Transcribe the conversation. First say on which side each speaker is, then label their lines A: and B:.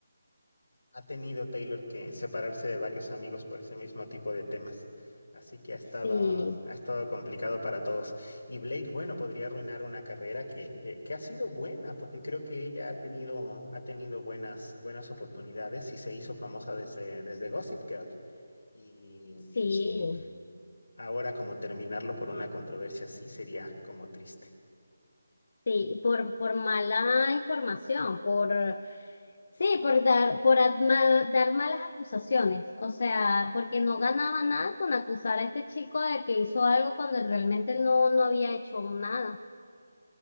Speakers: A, on the left (about 65°); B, on the left (about 45°).
A: Ha tenido Taylor que separarse de varios amigos por ese mismo tipo de temas. Así que ha estado,
B: Sí,
A: mm, ha estado complicado para todos. Y Blake, bueno, podría arruinar una carrera que, que, que ha sido buena, porque creo que ella ha tenido, ha tenido buenas, buenas oportunidades y se hizo famosa desde, desde Gossip Girl. Y,
B: sí.
A: y ahora como terminarlo por una controversia así sería como triste.
B: Sí, por, por mala información, por, sí, por dar, por adma- dar malas acusaciones, o sea, porque no ganaba nada con acusar a este chico de que hizo algo cuando él realmente no, no había hecho nada.